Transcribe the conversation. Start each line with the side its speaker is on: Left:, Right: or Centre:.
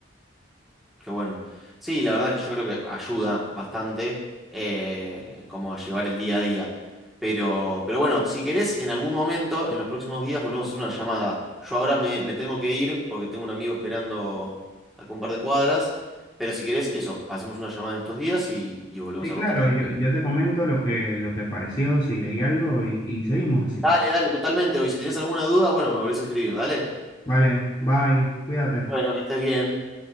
Centre: Qué bueno. Sí, la verdad es que yo creo que ayuda bastante eh, como a llevar el día a día. Pero, pero bueno, si querés, en algún momento, en los próximos días, volvemos a hacer una llamada. Yo ahora me, me tengo que ir porque tengo un amigo esperando a un par de cuadras. Pero si querés, eso, hacemos una llamada en estos días y, y volvemos
Left: Sí,
Centre: a
Left: claro,
Centre: contactarnos.
Left: yo, yo te comento lo que, lo que pareció, si leí algo y y seguimos así.
Centre: Dale, dale, totalmente. Y si tenés alguna duda, bueno, me volvés a escribir, dale.
Left: Vale, bye, cuídate.
Centre: Bueno, que estés bien.